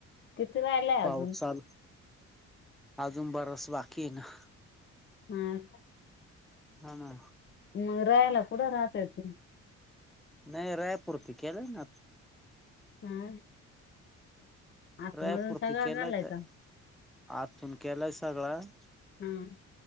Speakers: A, on the left (about 40°); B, in the centre.
A: किती राहिलाय
B: पाऊस
A: अजून
B: चाल, अजून बराच बाकी आय ना.
A: हा का.
B: हा ना.
A: म रायाला कुठ राहतायत तुम्ही?
B: नाय रायापुरत केलंय ना.
A: हा. आतमधून
B: राह्यापुरत
A: सगळं
B: केलंय
A: झालंय
B: ताय.
A: का
B: आतून केलाय सगळां.
A: हम्म.